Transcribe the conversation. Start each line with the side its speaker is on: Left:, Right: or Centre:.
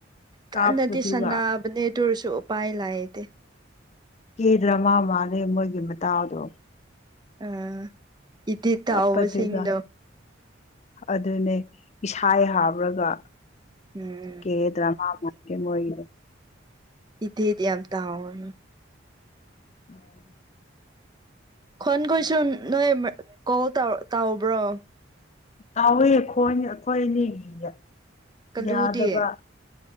Right: ꯀꯟꯅꯗꯤ
Left: ꯀꯥꯞꯄꯗꯨꯒ
Right: ꯁꯥꯟꯅꯕꯅꯦ ꯑꯗꯨ ꯑꯣꯢꯔꯁꯨ ꯎꯄꯥꯏ ꯂꯩꯇꯦ
Left: ꯀꯦꯗ꯭ꯔꯥꯃꯥ ꯃꯥꯜꯂꯦ ꯃꯣꯏꯒꯤ ꯃꯇꯥꯎꯗꯣ
Right: ꯑꯥ ꯑꯦꯇꯦꯛ ꯇꯧꯕꯁꯤꯡꯗꯣ
Left: ꯀꯞꯄꯗꯨꯒ ꯑꯗꯨꯅꯦ ꯏꯁꯥ ꯍꯥꯞꯔꯒ
Right: ꯎꯝ
Left: ꯀꯦꯗ꯭ꯔꯃ ꯃ <unintelligible>
Right: ꯢꯇꯦꯗꯤ ꯌꯥꯝ ꯇꯧꯋꯦ
Left: <inaudible>
Right: ꯈꯣꯟ ꯈꯣꯏꯁꯨ ꯅꯣꯏ ꯀꯣꯜ ꯇꯥꯎ ꯇꯥꯎꯕ꯭ꯔꯣ
Left: ꯇꯥꯎꯋꯦ ꯈꯣꯟ ꯑꯩꯈꯣꯏ ꯑꯅꯤꯒꯤꯗ
Right: ꯀꯜꯂꯨꯗꯤ
Left: ꯌꯥꯗꯕ